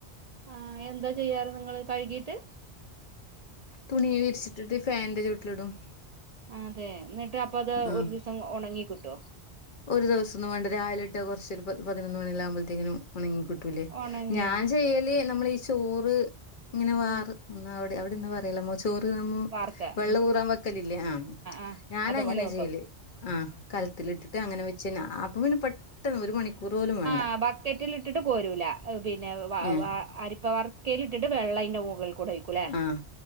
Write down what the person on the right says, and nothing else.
ആഹ് എന്താ ചെയ്യാറ് നിങ്ങള് കഴുകിട്ട്.
ആതേ ന്നട്ട് അപ്പത്
ഒരു ദിവസം ഒണങ്ങിക്കിട്ടോ.
ഉണങ്ങിയോ
ഉം
വാർക്ക
ഉം
ആഹ്
അതുപോലെ വെക്കും
ആഹ് ബക്കറ്റിലിട്ടിട്ട് കോരൂല അ പിന്നെ വ
വാ അരി പ വർക്കെലിട്ടിട്ട് വെള്ളയ്ന്റെ മുകൾക്കൂടെ ഒയ് ക്കുലെ